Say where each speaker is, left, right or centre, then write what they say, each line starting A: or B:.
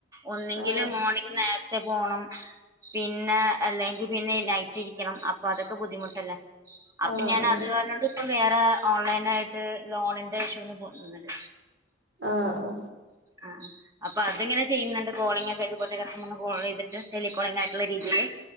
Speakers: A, on the right (about 20°); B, on the right (about 65°).
A: ഒന്നെങ്കില്
B: ആ
A: മോർണിംഗ് നേർ പോണം പിന്നെ അല്ലെങ്കി പിന്നെ നൈറ്റ് ഇരിക്കണം അപ്പൊ അതൊക്കെ ബുദ്ധിമുട്ടല്ലേ. അപ്പൊ
B: ആ ആ
A: ഞാൻ
B: ആ
A: അത് കാർഞ്ഞോണ്ട് ഇപ്പ വേറെ ഓൺലൈൻ നായിട്ട് ലോണിന്റെ <unintelligible> ണ്ട്
B: ആ ആ
A: ആ അപ്പൊ അത്ങ്ങനെ ചെയ്യുന്നുണ്ട് കോളിംഗക്കെ, ഇതുപോൽത്തെ <unintelligible> കോൾ ചെയ്തിട്ട് ടെലികോളിങ്ങായിട്ടുള്ള രീതിയിയില്